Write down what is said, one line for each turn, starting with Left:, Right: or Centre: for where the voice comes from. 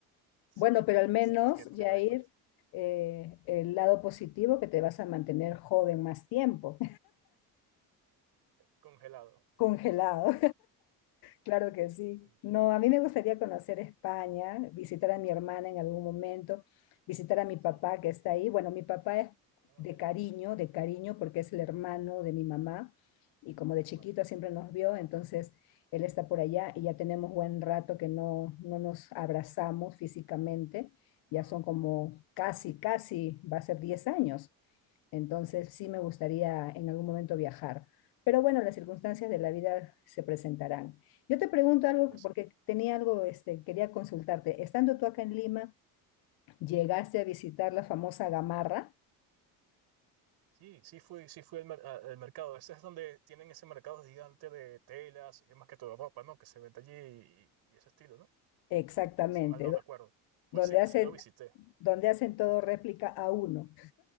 Right: sí
Left: Bueno,
Right: que te
Left: pero al menos,
Right: sí- sientes
Left: Jair,
Right: la diferencia.
Left: eh, el
Right: Sí.
Left: lado positivo que te vas a mantener joven más tiempo,
Right: Congelado.
Left: <laughs> congelado. Claro que sí.
Right: Sí,
Left: No, a mí me gustaría conocer España, visitar a mi hermana en algún momento, visitar a mi papá
Right: sí.
Left: que está ahí. Bueno, mi papá es
Right: Ah,
Left: de
Right: mira.
Left: cariño, de cariño porque es el hermano de mi mamá y como de chiquito
Right: Vale,
Left: siempre nos vio, entonces él está por allá y ya tenemos buen rato que no, no nos abrazamos físicamente.
Right: vale.
Left: Ya son como casi, casi, va a ser 10 años. Entonces sí me
Right: Wow.
Left: gustaría en algún momento viajar. Pero bueno, las circunstancias de la vida se presentarán. Yo te pregunto
Right: Claro
Left: algo
Right: que
Left: que-
Right: sí.
Left: porque tenía algo, este, quería consultarte. Estando tú acá en Lima, llegaste a visitar la famosa Gamarra,
Right: Sí, sí fui, sí fui al, mer- a- al mercado. Ese es donde tienen ese mercado gigante de telas, es más que todo ropa, ¿no? Que se vende allí y, y ese estilo, ¿no?
Left: exactamente,
Right: Si mal no recuerdo.
Left: do-
Right: Pues
Left: donde
Right: sí,
Left: hace,
Right: sí lo visité.
Left: donde hacen todo réplica a uno.